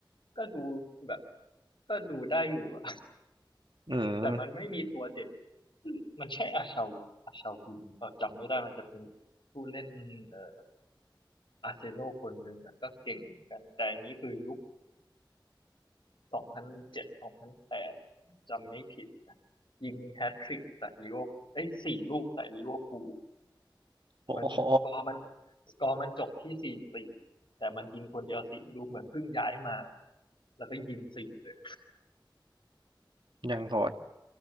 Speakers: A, on the left; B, on the right.
A: ก็ดูแบบก็ดูได้อยู่อะ <laughs>
B: อืม
A: แต่มันไม่มีตัวเด็นมันใช่อาชาอาชาวินเปล่าจำไม่ได้มันจะมีผู้เล่นเอ่อ อาร์เซโนอลคนหนึ่งอ่ะก็เก่งเหมือนกันแต่อันนี้คือยุคสองพันเจ็ดสองพันแปดจำไม่ผิดนะยิงแฮตทริกใส่ลิเวอร์เอ้ยสี่ลูกใส่ลิเวอร์พูล
B: โอ้โห
A: เหมือนสกอร์มันสกอร์มันจบที่สี่สี่แต่มันยิงคนเดียวสี่ลูกเหมือนเพิ่งย้ายมาแล้วก็ยิงสี่เลย
B: ยังโหด